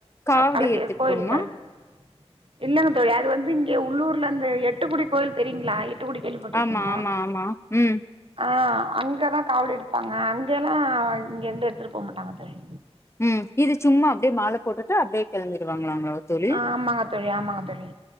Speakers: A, on the left (about 25°); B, on the right (about 55°).
A: காவடி
B: களக்கி
A: எடுத்துட்டு
B: கோயிலுக்கு
A: போணுமா
B: கெளம் இல்லங்க தோழி அது வந்து இங்க உள்ளூர்ல அந்த எட்டுக்குடி கோயில் தெரியுங்களா எட்டுக்குடி கேள்வி பட்டிருக்கீங்களா
A: ஆமா ஆமா ஆமா ம்
B: ஆ அங்கதா காவடி எடுப்பாங்க அங்கல்லா இங்க இருந்த எடுத்துட்டு போ மாட்டாங்க தோழி
A: ம் இது சும்மா அப்டியே மால போட்டுட்டு அப்டியே கெளம்பிருவாங்களாலாங்லா தோழி
B: ஆ ஆமாங்க தோழி ஆமாங்க தோழி